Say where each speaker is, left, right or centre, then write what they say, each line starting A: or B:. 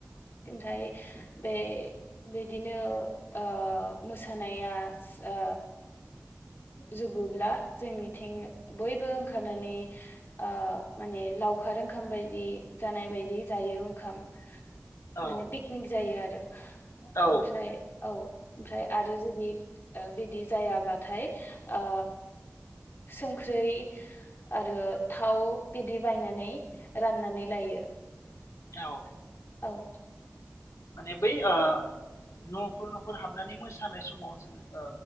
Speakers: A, on the left (about 55°); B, on the left (about 85°).
A: ओमफ्राय बे बिदिनो ओ मोसानाया आ जुबोब्ला जोंनिथिं बयबो ओंखारनानै ओ माने लाव लावखार ओंखाम बायदि जानाय बायदि जायो ओंखाम
B: औ
A: माने पिकनिक जायो आरो
B: औ
A: ओमफ्राय औ ओमफ्राय आरो जुदि बिदि जायाबाथाय आ संख्रै आरो थाव बिदि बायनानै राननानै लायो
B: औ
A: औ
B: माने बै ओ न'खर न'खर हाबनानै मोसानाय समाव जोङो ओ